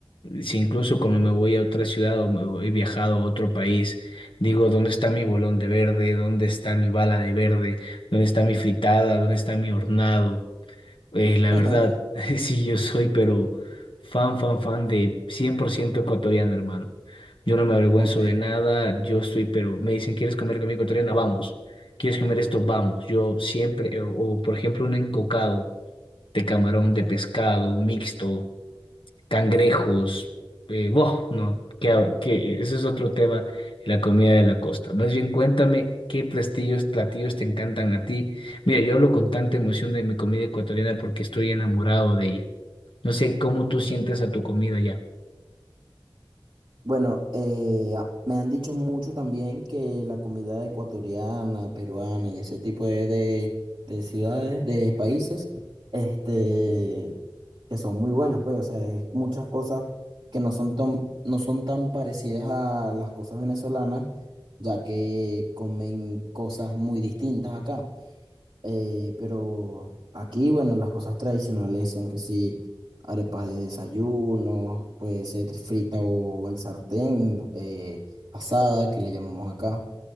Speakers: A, on the left; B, on the right.
A: Si incluso cuando me voy a otra ciudad o me voy- he viajado a otro país, digo, ¿dónde está mi bolón de verde? ¿Dónde está mi bala de verde? ¿Dónde está mi fritada? ¿Dónde está mi hornado? Eh, la
B: <laughs>
A: verdad, <laughs> sí, yo soy, pero fan, fan, fan de 100% ecuatoriano, hermano. Yo no me avergüenzo
B: Ok,
A: de nada, yo estoy, pero me dicen, ¿quieres comer comida ecuatoriana? Vamos. ¿Quieres comer esto? Vamos. Yo siempre, eh, o por ejemplo, un encocado de camarón,
B: ok.
A: de pescado, mixto cangrejos, eh, wow, no, que, que ese es otro tema, la comida de la costa. Más bien cuéntame qué platillos, platillos te encantan a ti. Mira, yo hablo con tanta emoción de mi comida ecuatoriana porque estoy enamorado de ella. No sé cómo tú sientes a tu comida ya.
B: Bueno, eh, a- me han dicho mucho también que la comida ecuatoriana, peruana y ese tipo de, de- de ciudades, de países, este, que son muy buenas, pues, o sea, es muchas cosas que no son tan, no son tan parecidas a las cosas venezolanas, ya que comen cosas muy distintas acá. Eh, pero aquí, bueno, las cosas tradicionales son que sí, arepas de desayuno, puede ser frita o el sartén, eh, asada, que le llamamos acá.